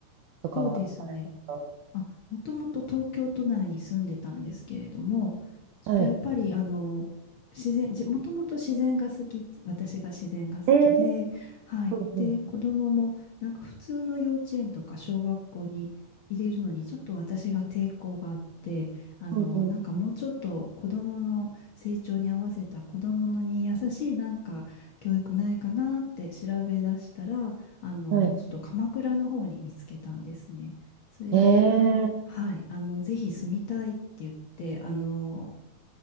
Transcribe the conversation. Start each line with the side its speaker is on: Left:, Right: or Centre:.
Right: とかはあるんですか
Left: そうですね。あ、もともと東京都内に住んでたんですけれども、ちょっとやっぱりあの、
Right: はい。
Left: 自然、じ、もともと自然が好き、私が自然が好きで、
Right: えー、
Left: はい。で、
Right: うん、
Left: 子供もなんか普通の幼稚園とか小学校に入れるのにちょっと私が抵抗があって、あの、
Right: うん、うん、
Left: なんかもうちょっと子供の成長に合わせた子供のに優しいなんか教育ないかなって調べ出したら、
Right: うん。うん
Left: あの、
Right: はい。
Left: ちょっと鎌倉の方に見つけたんですね。それで、
Right: ええ
Left: はい、あの、ぜひ住みたいって言って、あの、